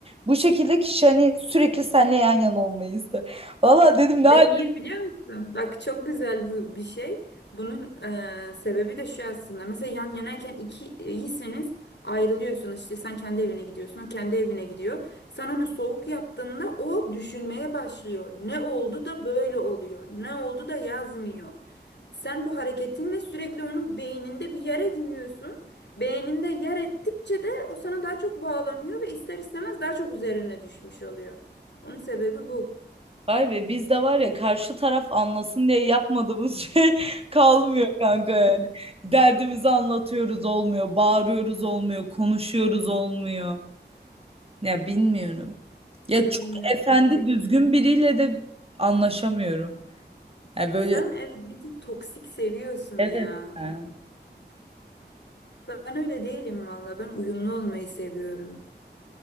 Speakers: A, on the right; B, on the left.
A: Bu şekilde kişi hani sürekli seninle yan yana olmayı ister. Valla dedim
B: Ben
A: ne hal.
B: iyi biliyor musun? Bak çok güzel bu bir şey. Bunun e, sebebi de şu aslında. Mesela yan yanayken iki iyisiniz ayrılıyorsunuz. İşte sen kendi evine gidiyorsun, o kendi evine gidiyor. Sen onu soğuk yaptığında o düşünmeye başlıyor. Ne oldu da böyle oluyor? Ne oldu da yazmıyor? Sen bu hareketinle sürekli onun beyninde bir yer ediniyorsun. Beyninde yer ettikçe de o sana daha çok bağlanıyor ve ister istemez daha çok üzerine düşmüş oluyor. Onun sebebi bu.
A: Vay be biz de var ya karşı taraf anlasın diye yapmadığımız şey <laughs> kalmıyor kanka yani. Derdimizi anlatıyoruz olmuyor, bağırıyoruz olmuyor, konuşuyoruz olmuyor. Ya bilmiyorum. Ya
B: Ya
A: çok
B: bilmiyorum
A: efendi
B: gerçekten.
A: düzgün biriyle de anlaşamıyorum. Yani böyle
B: Sen evet bir tık toksik seviyorsun
A: Evet
B: ya.
A: ya.
B: Ben öyle değilim valla. Ben uyumlu olmayı seviyorum.